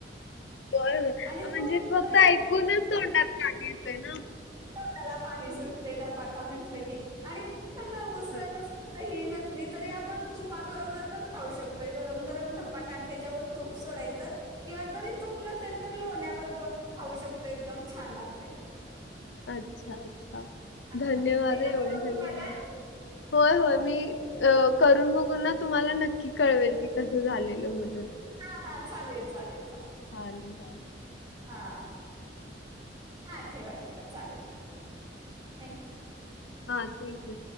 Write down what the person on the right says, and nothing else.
आणि
तू
जरी
त्याला पाणी सुटते धपाटा म्हटलं की आणि समजा
ह नसली तरी आपण तुपाबरोबर पण खाऊ शकतोय गरम गरम धपाटा आणि त्याच्यावर तूप सोडायचं किंवा जरी तूप नसेल तर लोण्या बरोबर खाऊ शकतो एकदम छान लागते
हा
एकदा
करून
बघा
हा हा चालेल चालेल चालेल
हां हां ठेवा ठेवा चालेल थँक्यू